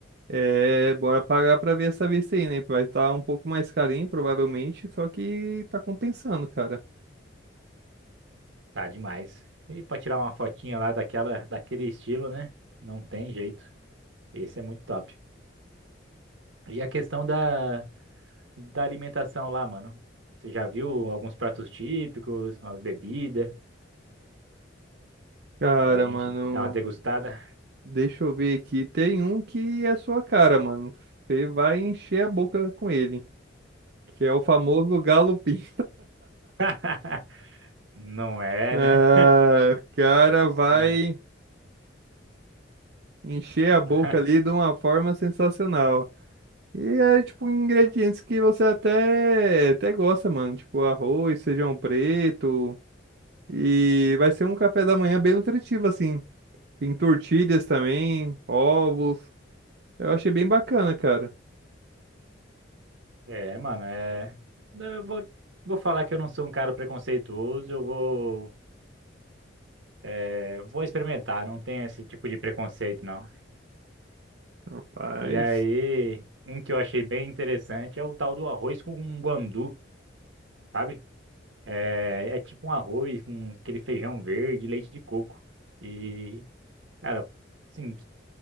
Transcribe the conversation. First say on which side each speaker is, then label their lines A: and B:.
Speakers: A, on the right; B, on the right.
A: é, bora pagar pra ver essa vista aí, né? Vai estar um pouco mais carinho, provavelmente, só que tá compensando, cara.
B: Tá demais. E pra tirar uma fotinha lá daquela daquele estilo, né? Não tem jeito. Esse é muito top. E a questão da da alimentação lá, mano? Você já viu alguns pratos típicos, umas bebidas,
A: Cara,
B: pra gente
A: mano,
B: dar uma degustada?
A: deixa eu ver aqui. Tem um que é sua cara, mano. Você vai encher a boca com ele, que é o famoso galo pinto.
B: <laughs> Não é,
A: Ah,
B: né?
A: o cara vai
B: Ah.
A: encher a boca
B: <laughs>
A: ali de uma forma sensacional. E é tipo ingredientes que você até, até gosta, mano. Tipo arroz, feijão preto. E vai ser um café da manhã bem nutritivo, assim. Tem tortilhas também, ovos. Eu achei bem bacana, cara.
B: É, mano, é. Eu vou, vou falar que eu não sou um cara preconceituoso, eu vou, é, vou experimentar, não tem esse tipo de preconceito, não.
A: Rapaz.
B: E aí, um que eu achei bem interessante é o tal do arroz com guandu, sabe? É, é tipo um arroz com aquele feijão verde, e leite de coco. E Cara, sim,